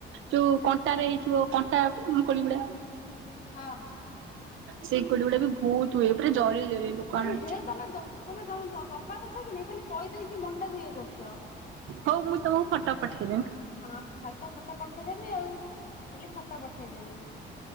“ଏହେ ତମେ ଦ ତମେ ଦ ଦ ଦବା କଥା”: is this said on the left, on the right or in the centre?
Left